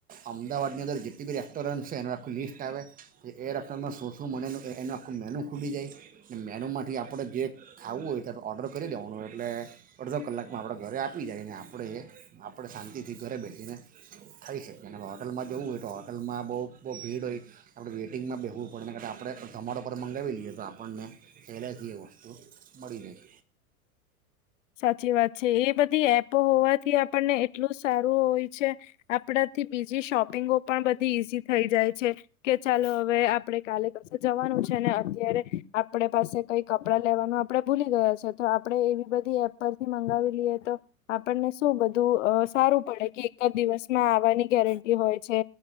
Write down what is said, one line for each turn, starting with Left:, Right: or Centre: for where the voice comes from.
Right: અમદાવાદની અંદર જેટલી બી રેસ્ટોરન્ટ છે એનું આખું લિસ્ટ આવે તો એ રેસ્ટોરન્ટમાં શું શું મને એનું એનો એક મેનુ ખુલી જાય એ મેનુમાંથી આપડે જે ખાવું હોય તો ઓર્ડર કરી દેવાનું હોય એટલે અડધો કલાકમાં આપડા ઘરે આપી જાય ને આપડે એ આપડે શાંતિથી ઘરે બેસીને ખાઈ શકીએ અને હોટલમાં જવું હોય તો હોટલમાં બહુ બહુ ભીડ હોય આપડે વેઇટિંગમાં બેહવું પડેને કારણે આપણે ઝોમાટો પર મંગાવી લઈએ તો આપણને પહેલેથી એ વસ્તુ મળી રેય
Left: સાચી વાત છે એ બધી એપો હોવાથી આપણને એટલું સારું હોય છે આપણાથી બીજી શોપિંગો પણ બધી ઈઝી થઈ જાય છે. કે ચાલો હવે આપડે કાલે કશે જવાનું છે ને અત્યારે આપડે પાસે કઈ કપડા લેવાનું આપડે ભૂલી ગયા છે તો આપડે એવી બધી એપ પરથી મંગાવી લઈએ તો આપણને શું બધું સારું પડે કે એક દિવસમાં આવવાની ગેરટી હોય છે,